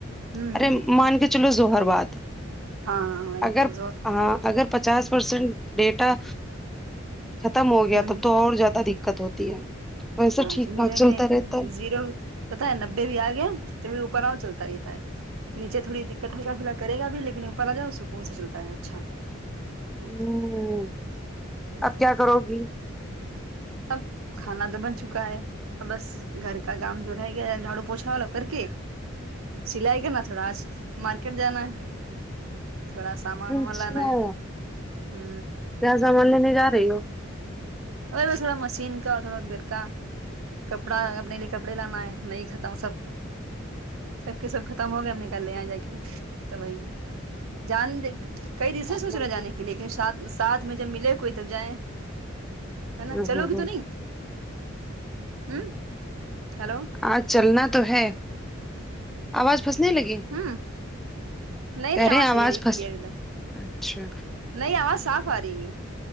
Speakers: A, on the right; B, in the centre.
A: ہوں
B: ارے مان کے ظہر بعد
A: ہاں ہاں وہی
B: اگر
A: تو ز
B: ہاں اگر پچاس پرسینٹ ڈیٹا ختم ہو گیا
A: ہوں
B: تب تو اور زیادہ دقت ہوتی ہے ویسے
A: ہاں
B: ٹھیک
A: <unintelligible>
B: ٹھاک
A: میرے
B: چلتا
A: میں
B: رہتا ہے
A: زیرو تو تھا نببے بھی آ گیا تو اوپر آؤں چلتا رہتا ہے نیچے تھوڑ دقت ہلکاھلا کرے گا بھی لیکن اپر آجائے تو پھر سکون سے چلتا ہے اچھا <unintelligible>
B: ہوں اب کیا کرو گی
A: اب کھانا تو بن چکا ہے بس گھر کا کام جو رہ گیا جھاڑو پوچا وہ کر کے سلائی کرنا تھوڑا آج مارکیٹ جانا ہے تھوڑا سامان
B: اچھا
A: ومان لانا ہے تو ھم
B: کیا سامان لینے جارہی ہو
A: اور تھوڑا مشین کا اور تھوڑا گھر کا کپڑا اپنے لیے کپڑے لانا ہے نہیں ختم سب سب کے سب ختم ہو گئے ہم نکال لے آ جا کے تو وہی جان د کئی دن
B: ہ
A: سے سوچ رہے ہے جانے کے لی لیکن سات ساتھ میں جب ملے کوئی تب جائیں ہے نا
B: ہ
A: چلوگی
B: ہ
A: تو نہیں ہمم ہیلو
B: آج چلنا تو ہے آواز پھنسنے لگی
A: ہوں نہیں
B: کہے
A: نہیں
B: رہے آواز
A: صحیح آ رہی ہے
B: پھس
A: کلیئر ایک دم
B: اچھا
A: نہیں آواز صاف آ رہی ہے